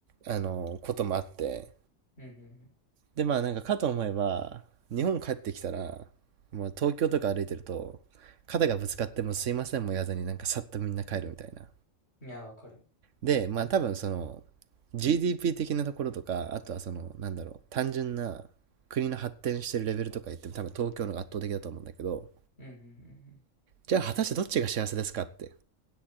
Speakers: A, on the right; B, on the left.
A: あの、こともあって、
B: うん、うん、
A: で、まあなんかかと思えば、日本帰ってきたら、もう東京とか歩いてると、肩がぶつかってもすいませんも言わずになんかさっとみんな帰るみたいな。
B: うん。いや、わかる。
A: で、まあ多分その GDP 的なところとか、あとはそのなんだろう、単純な国の発展してるレベルとか言っても多分東京の方が圧倒的だと思うんだけど、
B: うん、うん、
A: じゃあ果たしてどっちが幸せですかって